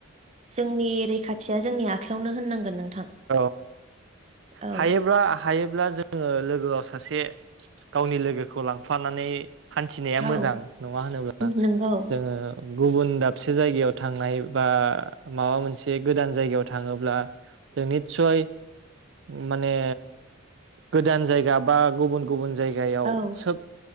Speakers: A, on the right; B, on the right.
A: जोंनि रैखाथिया जोंनि आखायावनो होननांगोन नोंथां।
B: औ
A: औ
B: हायोब्ला हायोब्ला जोङो लोगोआव सासे गावनि लोगोखौ लांफानानै हान्थिनाया
A: औ
B: मोजां नङा होनोब्ला
A: नंगौ
B: जोङो गुबुन दाबसे जायगायाव थांनाय बा माबा मोनसे गोदान जायगायाव थाङोब्ला जों निस्सय माने गोदान जायगा बा गुबुन गुबुन जायगायाव
A: औ
B: सोब